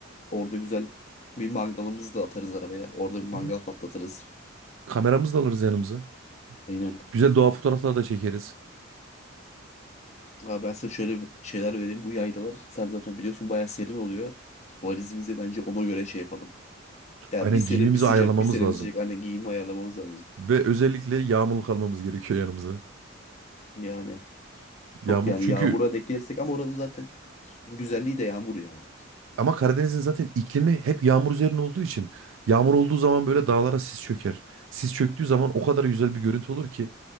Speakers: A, on the left (about 35°); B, on the right (about 70°).
A: Orada güzel bir mangalımızı da atarız arabaya. Orada bir mangal
B: Hı.
A: patlatırız.
B: Kameramızı da alırız yanımıza.
A: Aynen.
B: Güzel doğa fotoğrafları da çekeriz.
A: Abi ben sana şöyle bir şeyler vereyim. Bu yaylalar sen zaten biliyorsun bayağı serin oluyor. Valizimizi bence ona göre şey yapalım. Ya
B: Aynen
A: bir serin
B: giyimimizi
A: bir sıcak
B: ayarlamamız
A: bir serin
B: lazım.
A: bir sıcak. Aynen giyimi ayarlamamız lazım.
B: Ve özellikle yağmurluk almamız gerekiyor yanımıza.
A: Yani çok
B: Yağmurluk
A: yani
B: çünkü
A: yağmura denk gelirsek ama oranın zaten güzelliği de yağmur ya.
B: ama Karadeniz'in zaten iklimi hep yağmur üzerine olduğu için yağmur olduğu zaman böyle dağlara sis çöker. Sis çöktüğü zaman o kadar güzel bir görüntü olur ki